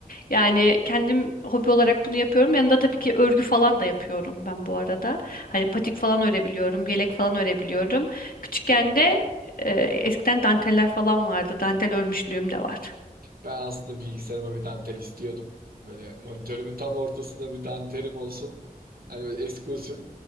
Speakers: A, on the left (about 75°); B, on the right (about 85°).
A: Yani kendim hobi olarak bunu yapıyorum. Yanında tabii ki örgü falan da yapıyorum ben bu arada. Hani patik falan örebiliyorum, yelek falan örebiliyorum. Küçükken de e, eskiden danteller falan vardı. Dantel örmüşlüğüm de var.
B: Ben aslında bilgisayarıma bir dantel istiyordum. Böyle monitörümün tam ortasında bir dantelim olsun. Hani böyle eski usul.